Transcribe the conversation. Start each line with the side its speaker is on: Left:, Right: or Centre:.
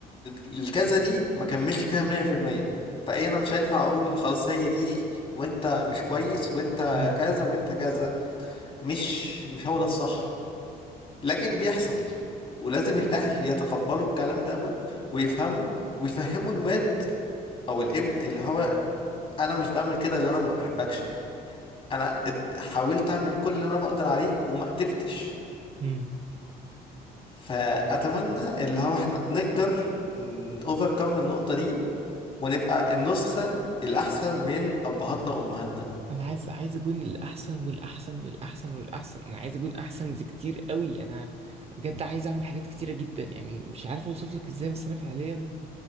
Left: الكذا دي ما كملش فيها 100% فايه انا مش هينفع اقول خلاص هي دي وانت مش كويس وانت
Right: امم
Left: كذا وانت كذا مش مش هو ده الصح لكن بيحصل ولازم الاهل يتقبلوا الكلام دوت ويفهموا ويفهموا الواد او الابن اللي هو انا مش بعمل كده اللي انا ما بحبكش انا اد- حاولت اعمل كل اللي انا بقدر عليه وما قدرتش
Right: امم.
Left: فاتمنى اللي هو احنا نقدر اوفركم النقطة دي ونبقى النسخة الاحسن من ابهاتنا وامهاتنا
Right: انا عايز عايز اكون الاحسن والاحسن والاحسن والاحسن انا عايز اكون احسن زي كتير قوي انا بجد عايز اعمل حاجات كتيره جدا يعني مش عارف اوصف لك ازاي بس انا فعليا